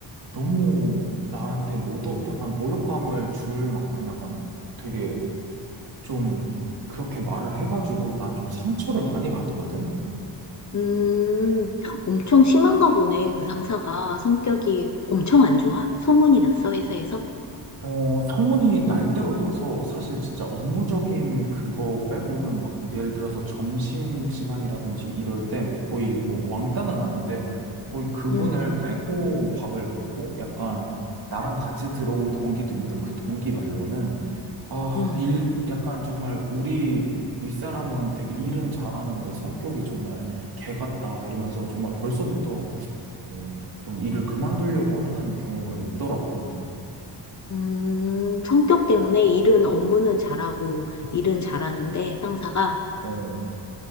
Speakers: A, on the right; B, on the left.
A: 너무 나한테 모독, 약간 모욕감을 줄 만큼 약간 되게 좀 그렇게 말을 해가지고 난 좀 상처를 많이 받거든?
B: 음. 엄청 심한가 보네, 그 상사가. 성격이 엄청 안 좋아? 소문이 났어, 회사에서?
A: 어, 소문이 날 대로 나서 사실 진짜 업무적인 그거 빼고는 막 예를 들어서 점심 시간이라든지 이럴 때 거의 뭐 왕따는 아닌데 거의 그분을
B: 음,
A: 빼고 밥을 먹고 약간 나랑 같이 들어온 동기도 있는데 그 동기 말로는 아,
B: 음,
A: 일, 약간 정말 우리 윗사람은 되게 일은 잘하는데 성격이 정말 개 같다 이러면서 정말 벌써부터 어, 좀 일을 그만두려고 하는 경우가 있더라고.
B: 음. 성격 때문에 일은, 업무는 잘하고, 일은 잘하는데, 상사가.
A: 어.